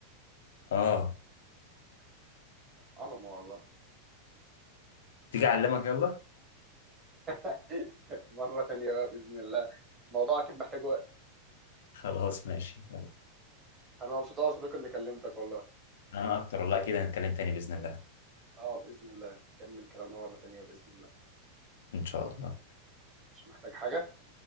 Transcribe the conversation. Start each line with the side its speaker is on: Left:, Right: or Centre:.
Left: آه
Right: عظمه والله
Left: تيجي أعلمك يلا
Right: <laughs> مره تانيه بقى باذن الله الموضوع اكيد محتاج وقت
Left: خلاص ماشي يلا
Right: انا مبسوط قوي يا صديقي اني كلمتك والله
Left: أنا أكتر والله كده هنتكلم تاني بإذن الله
Right: اه باذن الله نكمل كلامنا مره تانيه باذن الله
Left: إن شاء الله
Right: مش محتاج حاجه